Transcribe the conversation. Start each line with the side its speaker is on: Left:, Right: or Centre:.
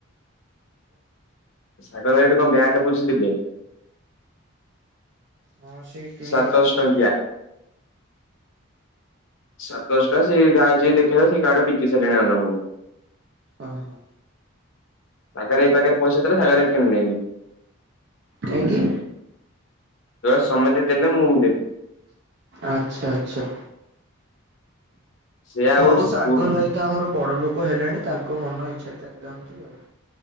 Left: ସାଗର ଭାଇଠୁ କଣ ବ୍ୟାଟେ ବୁଝିଥିଲେ
Right: ହଁ ସିଏ କିଣିବେ
Left: ସାତଶହ
Right: ବୋଧ
Left: ଟଙ୍କିଆ।
Right: ଆଉ
Left: ସାତଶଟା ସେ ଗାଁ ଯିଏ ଦେଖେଇ ସେଇ କାଡ ବିକି ସାରିଲାଣି ଆଉ ଜଣଙ୍କୁ
Right: ଓ ହଁ।
Left: ସାଗର ଭାଇ ପାଖରେ ପଇସା ଥିଲା ସାଗର ଭାଇ କିଣିଲେନି
Right: କାହିଗି।
Left: ସମେତେ ଦେଲେ ମୁଁ ଦେବି
Right: ଆଚ୍ଛା ଆଚ୍ଛା।
Left: ସେ ଆଉ
Right: ହଉ ସାଗର
Left: ପୁରୁ
Right: ଭାଇତ ଆମର ବଡ ଲୋକ ହେଲେଣି ତାଙ୍କ ମନ ଇଚ୍ଛାରେ ଚାଲିଥାନ୍ତି ଆଉ